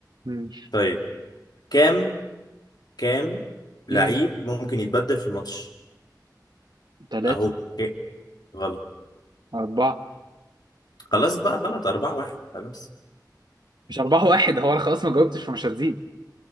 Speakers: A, on the right (about 75°); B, on the left (about 70°).
A: مم.
B: طيب كام كام لعيب
A: مم.
B: ممكن يتبدل في الماتش
A: تلاتة
B: اهو إيه؟ غلط
A: أربعة
B: خلاص بقى غلط أربعة واحد خلاص
A: مش أربعة واحد هو أنا خلاص ما جاوبتش فمش هتزيد